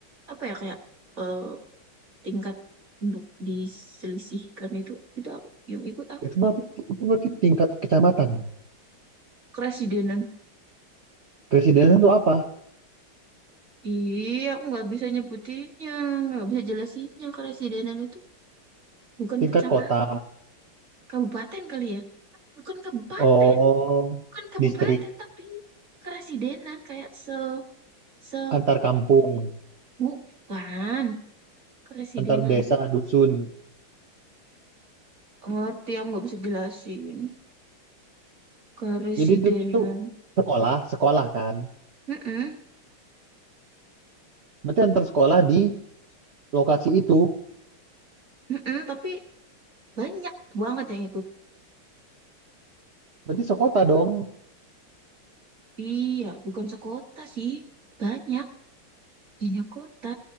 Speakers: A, on the right (about 40°); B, on the right (about 75°).
A: apa ya kayak eh, tingkat untuk diselisihkan itu itu aku yang ikut aku
B: Itu berarti, itu berarti tingkat kecamatan.
A: keresidenan.
B: Presidenan itu apa?
A: Iya, aku nggak bisa nyebutinnya, nggak bisa jelasinnya keresidenan itu bukan
B: Tingkat
A: kecamatan,
B: kota.
A: kabupaten kali ya, bukan kabupaten,
B: Oh,
A: bukan kabupaten
B: distrik
A: tapi keresidenan kayak se se
B: antar kampung,
A: bukan keresidenan.
B: antar desa, dusun.
A: ngerti aku nggak bisa jelasin keresidenan
B: Jadi itu tuh sekolah, sekolah kan.
A: Mm-mm,
B: Berarti antar sekolah di lokasi itu.
A: mm-mm, tapi banyak banget yang ikut
B: Berarti sekota dong.
A: iya bukan sekota sih banyak banyak kota